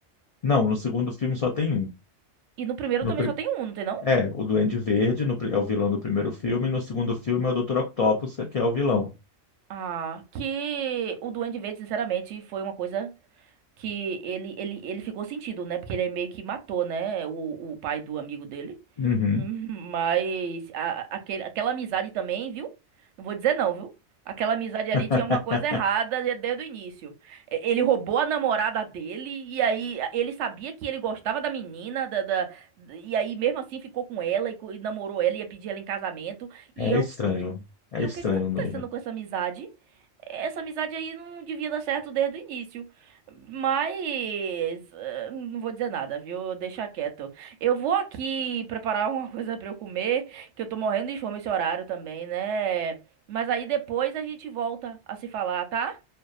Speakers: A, on the left; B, on the right.
A: Não, no segundo filme só tem um.
B: E no primeiro
A: No,
B: também
A: pri-
B: só tem um, não tem não?
A: É, o Duende Verde no pri- é o vilão do primeiro filme, e no segundo filme é o Dr. Octopus, que é o vilão.
B: Ah, que o Duende Verde, sinceramente, foi uma coisa. que ele, ele, ele ficou sentido, né? Porque ele meio que matou, né? O, o pai do amigo dele.
A: Uhum.
B: Hum, Mas a- a- aquele, aquela amizade também, viu? Não vou dizer não, viu? Aquela amizade ali
A: <laughs>
B: tinha alguma coisa errada de- desde o início. E- Ele roubou a namorada dele, e aí a- ele sabia que ele gostava da menina, da, da- d- e aí mesmo assim ficou com ela e, co- e namorou ela, ia pedir ela em casamento. E
A: É
B: eu,
A: estranho.
B: que que-
A: É
B: e
A: estranho
B: eu, o que que tá acontecendo
A: mesmo.
B: com essa amizade? Essa amizade aí não devia dar certo desde o início. Mas eh, não vou dizer nada, viu? Deixa quieto. Eu vou aqui preparar alguma <laughs> coisa pra eu comer, que eu tô morrendo de fome esse horário também, né? Mas aí depois a gente volta a se falar, tá?